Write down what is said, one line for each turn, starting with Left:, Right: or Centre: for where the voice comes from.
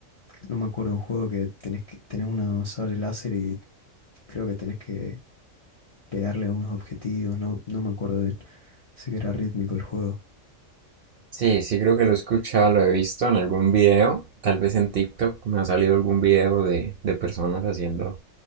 Left: no me acuerdo, un juego que tenés que, tenés una sable láser y creo que tenés que pegarle a unos objetivos, no, no me acuerdo bien. Sé que era rítmico el juego.
Right: Sí, sí creo que lo he escuchado, lo he visto en algún video, tal vez en TikTok me ha salido algún video de, de personas haciendo